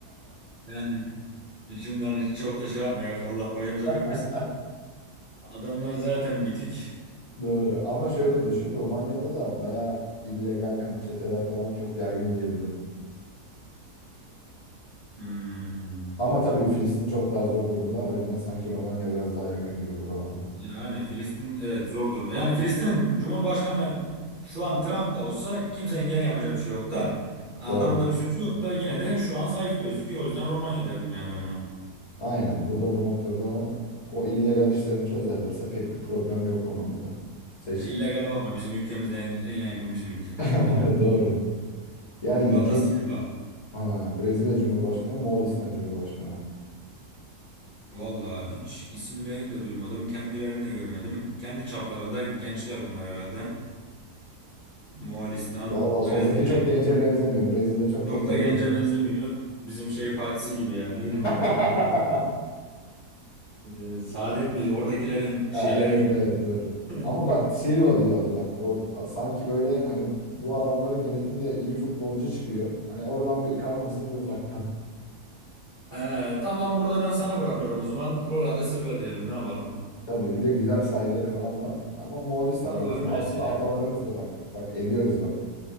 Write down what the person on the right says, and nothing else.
Yani Şimdi hani çok da şey yapmayak. Allah başımıza vermesin.
Adamlar zaten bitik.
Hmm.
Yani Filistin evet zor durumda. Yani Filistin'in Cumhurbaşkanı şu an Trump da olsa kimsenin gene yapacağı bir şey yok da. Ha,
Adamın da bir suçu yok da yine de şu an zayıf gözüküyor. O yüzden Romanya derdim yani ben buna.
Ya illegale bakma bizim ülkemizde en, en yaygın bizim ülkede.
Lula
da Silva.
Vallahi hiç isimlerini de duymadım. Kendilerini de görmedim. Kendi çaplarında gençler bunlar herhalde. Moğolistan,
Brezilya.
Çok
da gence
benzemiyor. Bizim şey partisi gibi ya. Neydi
bir parti? Ee, Saadet miydi? Oradakilerin
şeyleri
gibi.
<laughs>
Ee, tamam burada ben sana bırakıyorum o zaman. Lula da Silva diyelim. Ne yapalım?
Var
var
Brezilya.